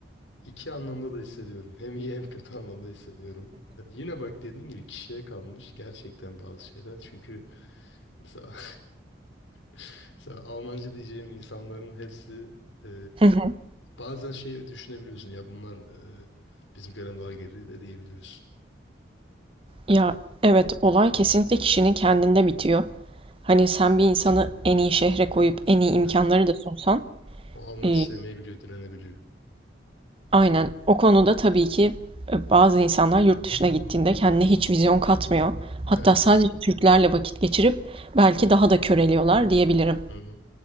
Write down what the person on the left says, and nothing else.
İki anlamda da hissediyorum. Hem iyi hem kötü anlamda hissediyorum. Yani yine bak dediğim gibi kişiye kalmış gerçekten bazı şeyler. Çünkü mesela, <laughs> mesela Almanca diyeceğim insanların hepsi e,
bazen şey düşünebiliyorsun ya bunlar e, bizimkilerden daha geri de diyebiliyorsun.
Evet.
O almak
istemeyebiliyor, direnebiliyor.
Evet.
Hı hı.